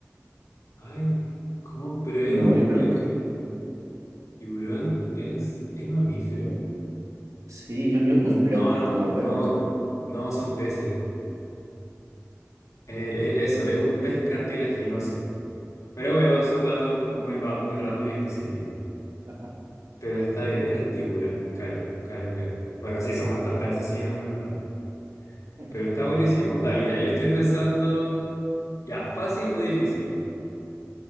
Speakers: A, on the left; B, on the right.
A: Ay, ¿cómo? Pero es
B: No,
A: un.
B: yo creo
A: es un-
B: que
A: eh, ¿Tiburón es. ¿Es mamífero?
B: sí. Yo, yo no
A: No,
B: creo que
A: no,
B: ponga huevos.
A: no. No, son peces. Eh, eh, eso, es un pez cartilaginoso. Pero bueno, son datos muy, ma- muy random y específicos.
B: ajá.
A: Pero está bien, era un tiburón. Caro, caro, caro. Bueno, sí, son bastante asesinos en verdad.
B: <laughs>
A: Pero está
B: Sí.
A: buenísimo. Dale, ya. Yo estoy pensando, ya, fácil o difícil.